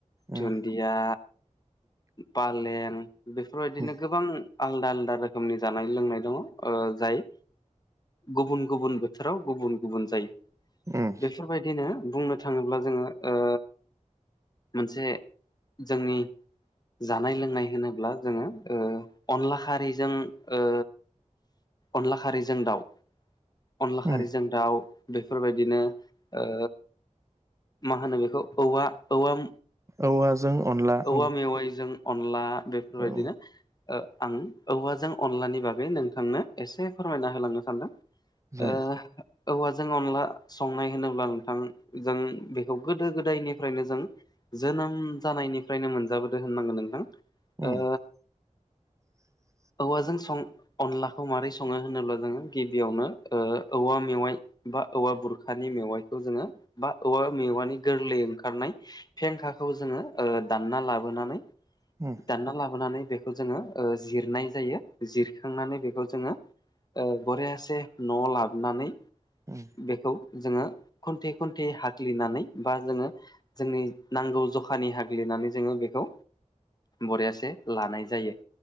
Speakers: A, on the right; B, on the left.
A: उम
B: दुन्दि या पालें बेफोरबायदिनो
A: उम
B: गोबां आलदा आलदा रोखोमनि जानाय लोंनाय दङ ओ जाय गुबुन गुबुन बोथोराव गुबुन गुबुन जायो।
A: उम
B: बेफोरबायदिनो बुंनो थाङोब्ला जोंङो ओ मोनसे जोंनि जानाय लोंनाय होनोब्ला जोंङो ओ अनला खारिजों ओ अनला खारिजों दाउ अनला खारिजों
A: उम
B: दाउ बेफोरबायदिनो ओ मा होनो बेखौ औवा औवा
A: औवा जों अनला
B: औवा
A: औ
B: मेवाइजों अनला बेफोरबायदिनो
A: औ
B: ओ आं औवाजों अनलानि बागै नोंथांनो एसे फोरमायना होलांनो सानदों।
A: जायो
B: ओ औवाजों अनला संनाय होनोब्ला नोंथां जों बेखौ गोदो गोदायनिफ्रायनो जों जोनोम जानायनिफ्रायनो मोनजाबोदो होननांगोन नोंथां
A: उम
B: ओ
A: <inaudible>
B: औवाजों सं अनलाखौ माबोरै सङो होनोब्ला जोंङो गिबियावनो ओ औवा मेवाइ बा औवा बुरखानि मेवाइखौ जोंङो बा औवा मेवानि गोरलै ओंखारनाय फेंखाखौ जोंङो ओ दानना लाबोनानै
A: उम।
B: दानना लाबोनानै बेखौ जोंङो ओ जिरनाय जायो जिरखांनानै बेखौ जोंङो ओ बरियासे न'आव लाबोनानै
A: उम
B: बेखौ जोंङो खुन्थे खुन्थे हाख्लिनानै बा जोंङो जोंनि नांगौ जखानि हाग्लिनानै जोंङो बेखौ बरियासे लानाय जायो।